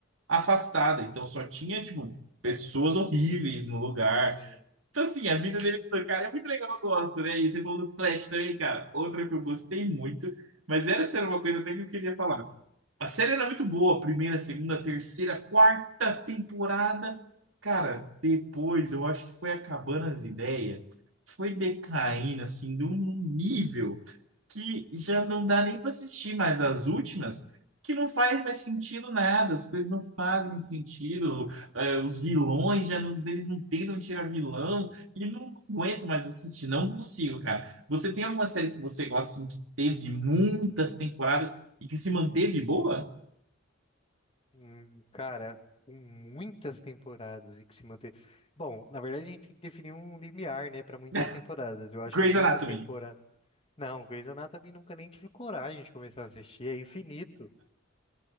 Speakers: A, on the right; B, on the left.
A: afastada, então só tinha, tipo, pessoas horríveis no lugar.
B: Sim.
A: Então, assim, a vida dele com o cara é muito legal, eu gosto, né? E você falou do Flash também, cara. Outra que eu gostei muito, mas era sério uma coisa até que eu queria falar. A série era muito boa, primeira, segunda, terceira, quarta temporada. Cara, depois eu acho que foi acabando as ideias, foi decaindo, assim, de um nível que já não dá nem para assistir mais as últimas, que não faz mais sentido nada, as coisas não fazem sentido, é, os vilões já não, eles não tentam tirar vilão, e não, não aguento mais assistir, não consigo, cara. Você tem alguma série que você gosta, assim, que teve muitas temporadas e que se manteve boa?
B: hum, cara, com muitas temporadas e que se manter. Bom, na verdade a gente tem que definir um limiar, né, Para muitas
A: <laughs>
B: temporadas. Eu acho
A: Grey's
B: que muitas
A: Anatomy.
B: temporadas. Não, Grey's Anatomy nunca nem tive coragem de começar a assistir, é infinito.